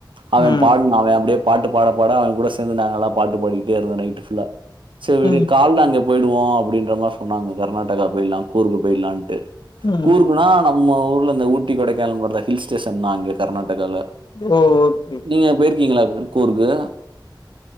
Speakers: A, on the right (about 85°); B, on the left (about 60°).
A: அவன்
B: ம்
A: பாட்னா அவெ அப்டே பாட்டு பாட பாட அவன் கூட சேந்து நாங்கலா பாட்டு பாடிட்டே இருந்தோ நைட்டு ஃபுல்லா சே விடு
B: ம்
A: கால்ல அங்கப் போய்டுவோ அப்டின்ற மா சொன்னாங்க கர்நாடகா போயிலா கூருக்கு போயிலான்ட்டு
B: ம்
A: கூருக்குனா நம்ம ஊர்ல இந்த ஊட்டி கொடைக்கானல் வருல ஹில் ஸ்டேஷன் தா அங்க கர்நாட்டக்கால
B: ஓ ஓகே
A: நீங்க போய்ர்க்கீங்ளாக்கு கூருக்கு